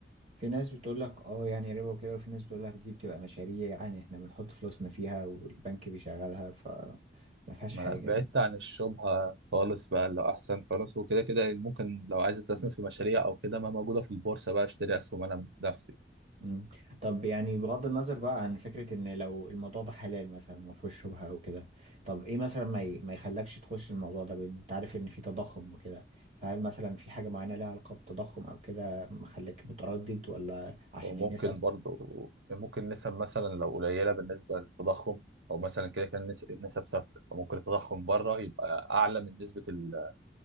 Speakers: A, on the right; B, on the right.
A: في ناس بتقول لك اه يعني ربا وكده وفي ناس بتقول لك دي بتبقى مشاريع يعني احنا بنحط فلوسنا فيها والبنك بيشغلها فما فيهاش
B: ما
A: حاجة
B: أنا بعدت
A: يعني
B: عن الشبهة خالص بقى اللي أحسن خالص وكده كده ممكن لو عايز أستثمر
A: مم.
B: في مشاريع أو كده ما موجودة في البورصة بقى أشتري أسهم أنا بنفسي
A: مم. طب يعني بغض النظر بقى عن فكرة ان لو الموضوع ده حلال مثلا ما فيهوش شبهة او كده طب ايه مثلا ما ي... ما يخلكش تخش الموضوع ده بان انت عارف ان في تضخم وكده فهل مثلا في حاجة معينة لها علاقة بالتضخم او كده مخليك متردد ولا عشان
B: وممكن
A: النسب؟
B: برضو ممكن نسب مثلا لو قليلة بالنسبة للتضخم أو مثلا كده كان نس- النسب ثابتة فممكن التضخم بره يبقى أعلى من نسبة ال-